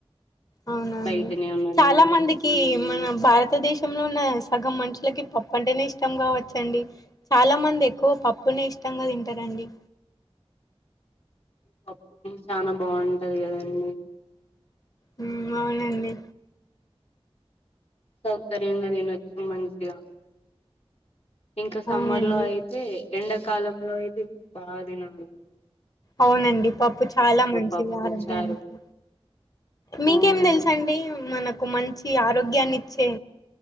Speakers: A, on the left; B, on the left.
A: అవునండి
B: బయటనే ఉన్నానండి
A: చాలా మందికి మన భారతదేశం ంలో ఉన్న సగం మనుషులకి పప్పు అంటేనే ఇష్టం కావచ్చండి చాలా మంది ఎక్కువ పప్పునే ఇష్టంగా తింటారండి
B: పప్పు చాలా బాగుంటది కదంీ
A: హ్మ్మ్ అవునండి
B: సౌకర్యంగా తినొచ్చా మంచిగా ఇంక సమ్మర్
A: అవునండి
B: లో అయితే ఎండ కాలంలో అయితే ఇం బాగా తినదు
A: అవునండి పప్పు చాలా మంచిది
B: పప్పు
A: ఆరోగ్యానికి
B: చారు
A: మీకేం
B: అవును
A: తెలుసండి మనకు మంచి ఆరోగ్యాన్ని ఇచ్చే